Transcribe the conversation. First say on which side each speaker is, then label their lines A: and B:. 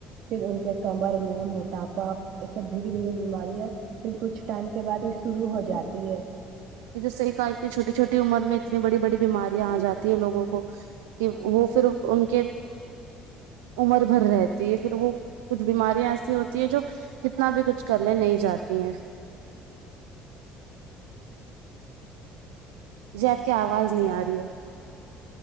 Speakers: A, on the right; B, on the right.
A: پھر ان کے کمر میں موٹاپا سب دھیرے دھیرے بیماریاں پھر کچھ ٹائم کے بعد یہ شروع ہو جاتی ہے
B: یہ تو صحیح کہا اتنی چھوٹی چھوٹی عمر میں اتنی بڑی بڑی بیماریاں آ جاتی ہے لوگوں کو کہ وہ پھر ان کے عمر بھر رہتی ہے پھر وہ کچھ بیماریاں ایسی ہوتی ہے جو کتنا بھی کچھ کرنے نہیں جاتی ہیں جی آپ کی آواز نہیں آ رہی ہے